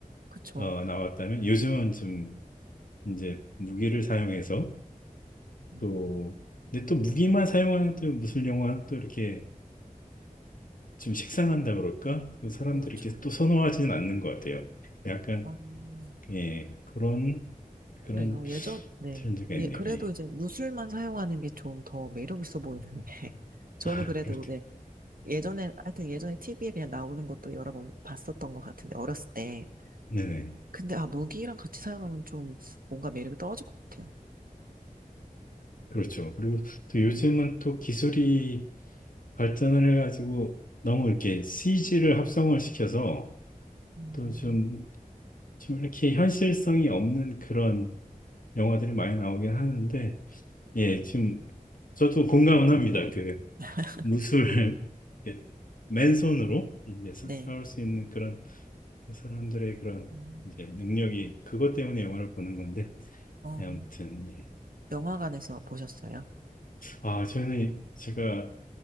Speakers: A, on the right; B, on the left.
A: 그쵸.
B: 어, 나왔다면 요즘은 좀 이제 무기를 사용해서
A: 음,
B: 또 근데 또 무기만 사용하는 또 무술 영화는 또 이렇게 좀 식상한다 그럴까? 그 사람들이
A: 그렇죠.
B: 이렇게 또 선호하지는 않는 것 같아요. 약간
A: 음,
B: 예, 그런, 그런
A: 그래요. 예전, 네.
B: 트렌드가 있네요.
A: 예, 그래도
B: 예.
A: 이제 무술만 사용하는 게 좀 더 매력 있어 보이는데. <laughs> 저는
B: <laughs> 아,
A: 그래도
B: 그렇,
A: 이제 예전에, 하여튼 예전에 TV에 그냥 나오는 것도 여러 번 봤었던 것 같은데, 어렸을 때.
B: 네네.
A: 근데 아, 무기랑 같이 사용하면 좀 뭔가 매력이 떨어질 것 같아요.
B: 그렇죠. 그리고 또
A: 음,
B: 요즘은 또 기술이 발전을 해가지고 너무 이렇게 CG를 합성을 시켜서
A: 음,
B: 또 좀, 좀 이렇게 현실성이 없는 그런 영화들이 많이 나오긴 하는데, 예,
A: 네.
B: 지금 저도 공감은 합니다. 그
A: <laughs>
B: 무술, <laughs> 이렇게 맨손으로 이제 사-
A: 네.
B: 사올 수 있는 그런 그 사람들의 그런
A: 음,
B: 이제 능력이 그것 때문에 영화를 보는 건데
A: 어,
B: 예, 아무튼 예.
A: 영화관에서 보셨어요?
B: 아 저는 제가